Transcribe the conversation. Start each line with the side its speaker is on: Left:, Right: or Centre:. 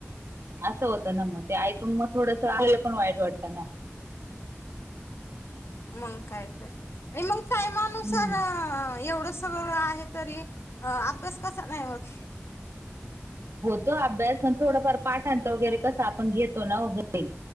Right: असं होत ना मग. ते ऐक कून पण मग थोडंस, आईला पण वाईट वाटतं ना.
Left: मंग काय तर. अन् मग टायमानुसार
Right: हम्म
Left: एवढंस सगंळ आहे तरी. अभ्यास कसा नाही होत.
Right: होतो अभ्यास. पण थोडंफार पाठांतर वगैरे कसं, आपण घेतो ना ओ घरी.